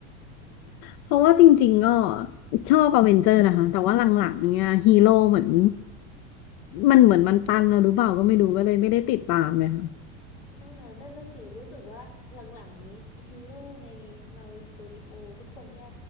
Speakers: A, on the left; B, on the left.
A: เพราะว่าจริงๆก็ชอบอเวนเจอร์นะคะแต่ว่าหลังๆเนี่ยฮีโร่เหมือนมันเหมือนมันตันแล้วหรือเปล่าก็ไม่รู้ก็เลยไม่ได้ติดตามเลยค่ะ
B: อ่านั่นน่ะสิรู้สึกว่าหลังๆนี้ฮีโร่ใน Marvel Studio ทุกคนเนี่ย